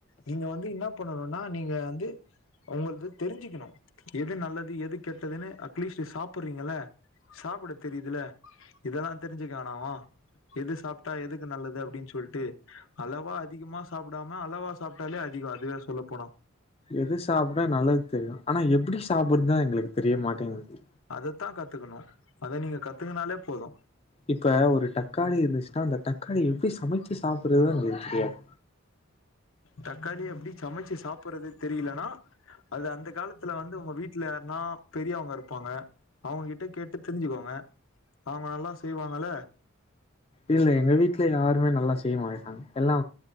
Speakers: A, on the left; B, on the left.
A: நீங்க வந்து என்னா பண்ணணுனா நீங்க வந்து உங்கள்து தெரிஞ்சுக்கணு எது நல்லது எது கெட்டதுன்னு அட்லீஸ்ட் சாப்பட்றீங்கள்ள சாப்ட தெரியுதுல இதெல்லா தெரிஞ்சுக்கவேணாவா எது சாப்ட்டா எதுக்கு நல்லது அப்டின் சொல்ட்டு அளவா அதிகமா சாப்டாம அளவா சாப்ட்டாலே அதிகோ அதுவே சொல்ல போன
B: எது சாப்ட்ட நல்லது தெரியு ஆனா எப்டி சாப்பட்றத்தா எங்களுக்கு தெரிய மாட்டேங்குது
A: அதத்தா கத்துக்கணு அத நீங்க கத்துக்கனாலே போது
B: இப்ப ஒரு தக்காளி இருந்துச்சுன்னா அந்த தக்காளி எப்டி சமச்சு சாப்பறதுத எங்களுக்கு தெரியாது
A: தக்காளிய எப்டி சமச்சு சாப்பட்றது தெரியலன்னா அது அந்த அந்த காலத்துல வந்து உங்க வீட்ல யாருனா பெரியவங்க இருப்பாங்க அவங்க கிட்ட கேட்டு தெரிஞ்சுக்கோங்க அவங்க நல்லா செய்வாங்கள
B: இல்ல எங்க வீட்ல யாருமே நல்லா செய்ய மாட்டாங்க எல்லா